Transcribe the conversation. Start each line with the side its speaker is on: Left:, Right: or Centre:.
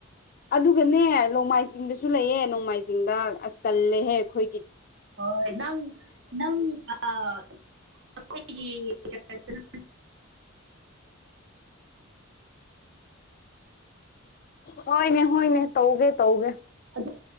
Left: ꯑꯗꯨꯒꯅꯦ ꯂꯣꯡꯃꯥꯏꯖꯤꯡꯗꯁꯨ ꯂꯩꯌꯦ ꯅꯣꯡꯃꯥꯏꯖꯤꯡꯗ ꯑꯁ ꯇꯜꯂꯦꯍꯦ ꯈꯣꯏꯒꯤ
Right: ꯍꯣꯏ ꯅꯪ ꯅꯪ ꯑꯥ ꯑꯈꯣꯏ ꯌꯦꯡꯉꯤ
Left: ꯍꯣꯏꯅꯦ ꯍꯣꯏꯅꯦ ꯇꯧꯒꯦ ꯇꯧꯒꯦ
Right: ꯑꯗꯨ